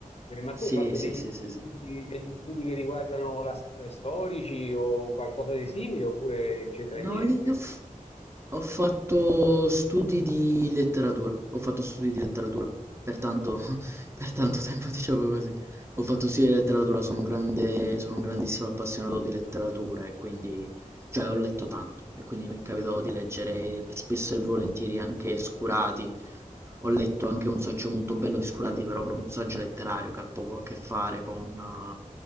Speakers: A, on the left (about 50°); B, on the right (about 20°).
A: eh, ma
B: Sì,
A: tu hai fatto
B: sì,
A: degli
B: sì, sì,
A: studi,
B: sì.
A: degli studi che riguardano la, st- storici o qualcosa di simile oppure non c'entra
B: No,
A: niente?
B: io f- ho fatto studi di letteratura, ho fatto studi di letteratura, per tanto, <laughs> per tanto tempo diciamo così. Ho fatto studi di letteratura, sono un grande, sono un grandissimo appassionato di letteratura e quindi, cioè ho letto tanto e quindi mi è capitato di leggere spesso e volentieri anche Scurati. Ho letto anche un saggio molto bello di Scurati, però proprio un saggio letterario che ha poco a che fare con, eh,